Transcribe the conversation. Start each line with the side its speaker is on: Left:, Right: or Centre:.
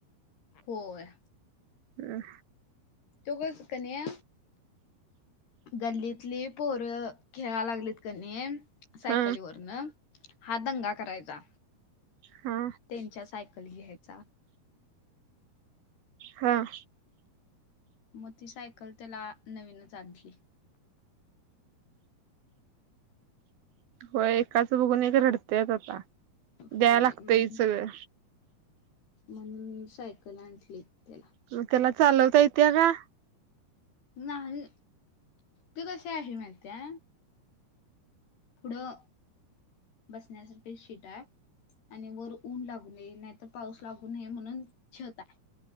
Left: होय.
Right: ह..
Left: तोगस कण्या गल्लीतली पोरं खेळा लागलीत कनी सायकलीवरनं.
Right: हा
Left: हा दंगा करायचा.
Right: हा
Left: त्यांच्या सायकली घ्यायचा.
Right: हां.
Left: म ती सायकल त्याला नवीनच आणली.
Right: हो.. एकाचं बघून एक रडतेय आता
Left: होय
Right: द्याय लागतय
Left: म्हण
Right: सगळं.
Left: म्हणून सायकल आणली त्याला.
Right: म त्याला चालवता येतिय का?
Left: नाही. तू कसे आशे म्हनत्या? पुढं.. बसण्यासाठी शिटआय आणि वर ऊन लागू नये नाहीतर पाऊस लागू नये म्हणून छत आय.